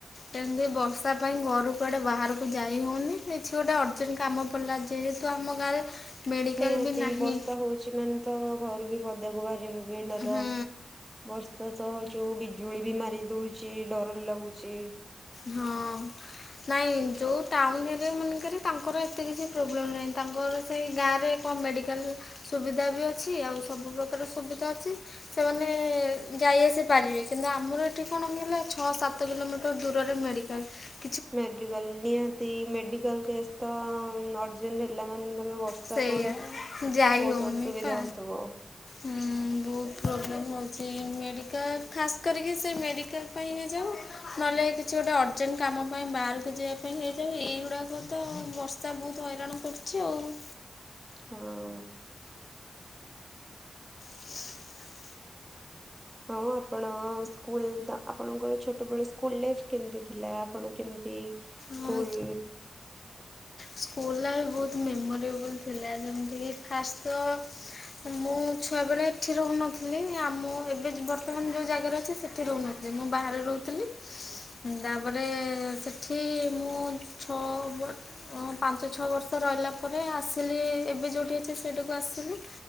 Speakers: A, on the left; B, on the right.
A: ସେମତି ବର୍ଷା ପାଇଁ ଘରୁ କୁଆଡେ ବାହାରକୁ ଯାଇ ହଉନି କିଛି ଗୋଟେ ଅର୍ଜେଣ୍ଟ କାମ ଖିଲା ଯେହେତୁ ଆମ ଗାଁରେ ମେଡ଼ିକାଲ
B: ନିହାତି
A: ବି ନାହିଁ
B: ବର୍ଷା ହଉଚ କିଷ ମାନେ ତ ଘରୁ ବି ପଦାକୁ ବାହାରିବେ ଭି ଡର।
A: ହୁଁ
B: ବର୍ଷା ସହ ଯୋଉ ବିଜୁଳି ବି ମାରି ଦଉଚି, ଡର ଲାଗୁଚି।
A: ହଁ ନାଇଁ ଯୋଉ ଟାଉନ ଏରିଆ ମାନେକରେ ତାଙ୍କର ଏତେ କିଛି ପ୍ରୋବ୍ଲେମ ନାହିଁ। ତାଙ୍କର ସେଇ ଗାଁରେ କଣ ମେଡ଼ିକାଲ ସୁବିଧା ବି ଅଛି ଆଉ ସବୁ ପ୍ରକାର ସୁବିଧା ଅଛି। ସେମାନେ ଯାଇ ଆସି ପାରିବେ କିନ୍ତୁ ଆମର ଏଠି କଣ ହେଲା ଛଅ ସାତ କିଲୋମିଟର ଦୂ ରରେ ମେଡିକାଲ।
B: ମେଡିକାଲ ନିହାତି ମେଡିକାଲ କେସ୍ ତ ହଁ ଅର୍ଜେଣ୍ଟ ହେଲା ମାନେ ତମେ ବର୍ସ
A: ସେଇଆ
B: ଷା କଣ
A: ଯାଇ
B: ବହୁତ
A: ହଉନି
B: ଅସୁବିଧା
A: ପା।
B: ହଉଥିବ।
A: ହୁଁ ବୋ ହୁତ ପ୍ରୋବ୍ଲେମ୍ ହଉଚି। ମେଡ଼ିକାଲ ଖାସ୍ କରିକି ସେ ମେଡ଼ିକାଲ ପାଇଁ ହେ ଯୋଉ ନହେଲେ କିଛି ଗୋଟେ ଅର୍ଜେଣ୍ଟ କାମ ପାଇଁ ବାହାରକୁ ଯିଆ ପାଇଁ ହେଇଯାଉ। ଏଇଗୁଡ଼ାକ ତ ବର୍ଷ ଶା ବହୁତ ହଇରାଣ କରୁଚି ଆଉ।
B: ହଁ।
A: <inaudible>
B: ହଁ ଆପଣ ସ୍କୁଲ ଆପଣଙ୍କର ଛୋଟବେଳ ସ୍କୁଲ ଲାଇଫ କେମିତି ଥିଲା? ଆପଣ କେମିତି ସ୍କୁଲ
A: ହଁ ସ୍କୁଲ ଲାଇଫ ବହୁତ ମେମୋରେବଲ୍ ଥିଲା। ଯେମିତିକି ଫାଷ୍ଟ ତ ମୁଁ ଛୁଆବେଳେ ଏଠି ରହୁନଥିଲି ଆଉ ମୁଁ ଏବେ ବର୍ତ୍ତମାନ ଯୋଉ ଜାଗାରେ ଅଛି ସେଠି ରହୁନ ଥିଲି। ମୁଁ ବାହାରେ ରହୁଥିଲି। ତାପରେ ସେଠି ମୁଁ ଛଅ ବ ହଁ ପାଞ୍ଚ ଛଅ ବର୍ଷ ରହିଲା ପରେ ଆସିଲି ଏବେ ଯୋଉଠି ଅଛି ସେଇଠିକୁ ଆସିଲି।